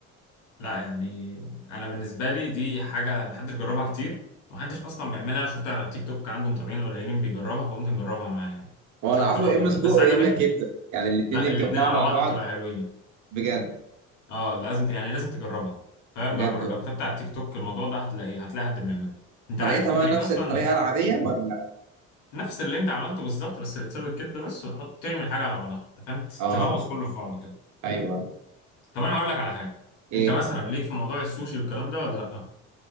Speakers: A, on the left; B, on the right.
A: لا يعني أنا بالنسبة لي دي حاجة محدش جربها كتير محدش أصلا بيعملها أنا شفتها على تيك توك عنده متابعين قليلين بيجربها فقمت نجربها معاه يعني
B: هو
A: مش
B: العفو
A: أكتر ولا
B: يا اما
A: أقل.
B: سجق
A: بس عجبتني
B: يا اما كبده يعني الاتنين
A: لا
B: يتجمعوا
A: الاتنين على
B: مع
A: بعض
B: بعض
A: بتبقى
B: <laughs>
A: حلوين
B: بجد
A: أه لازم ت- يعني لازم تجربها فاهم
B: بجد
A: لو جر...
B: والله
A: لو كتبت على التيك توك الموضوع ده هتلاقيه هتلاقي حد بيعمله أنت
B: طريقتها
A: عارف أنت
B: بقى
A: ليك
B: نفس
A: أصلا
B: الطريقه العاديه ولا
A: نفس اللي أنت عملته بالظبط بس بتسوي الكبدة بس وتحط ترمي الحاجة على بعضها أنت فاهم
B: اه
A: تلغوص كله في بعضه كده
B: ايوه
A: طب انا هقول لك على حاجه
B: ايه
A: انت مثلا ليك في موضوع السوشي والكلام ده ولا لا